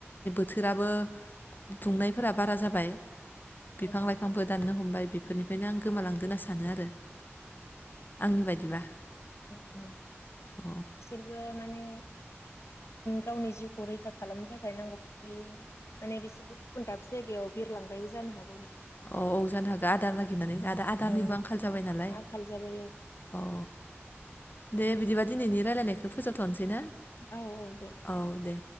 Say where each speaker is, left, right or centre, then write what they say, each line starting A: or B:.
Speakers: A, on the left (about 45°); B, on the left (about 80°).
A: थोराबो दुंनायफोरा बारा जाबाय। बिफां
B: औ नंगौ
A: लाइफांबो दाननो हमबाय बि फोरनिफायनो आं गोमालांदो होनना सानो आरो आंनि बायदिबा।
B: औ नोंगौ।
A: अ
B: बिसोरबो माने गावनि ओ जिउखौ रैखा खालामनो थाखाय नांगौ बियो माने बिसोरबो गुबुन दाब जायगायाव बिरलांबायबो जानो हा
A: अ औ जानो हागौ आदार नागिरनानै आदा आदारनिबो
B: औ
A: आंखाल जाबाय नालाय
B: आंखाल जाबाय औ
A: अ दे बिदिबा दिनैनि रायलायनायखौ फोजोबथनोसै ना?
B: औ औ दे।
A: औ दे